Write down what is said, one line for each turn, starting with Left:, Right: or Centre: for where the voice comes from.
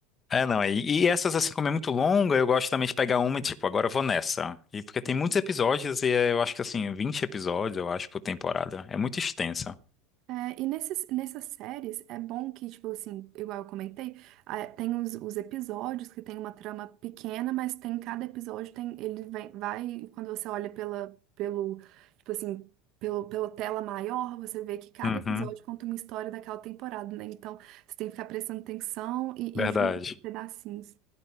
Left: É, não, e, e essas, assim, como é muito longa, eu gosto também de pegar uma e, tipo, agora eu vou nessa. E porque tem muitos episódios, e é, eu acho que, assim, vinte episódios, eu acho, por temporada. É muito extensa.
Right: É, e nesses, nessas séries é bom que, tipo assim, igual eu comentei, ah, tem os, os episódios que tem uma trama pequena, mas tem cada episódio, tem, ele vem, vai, quando você olha pela, pelo, tipo assim, pelo, pela tela maior, você vê que cada
Left: Uhum,
Right: episódio conta uma história daquela temporada, né? Então você tem que ficar prestando atenção e,
Left: verdade.
Right: e juntando pedacinhos.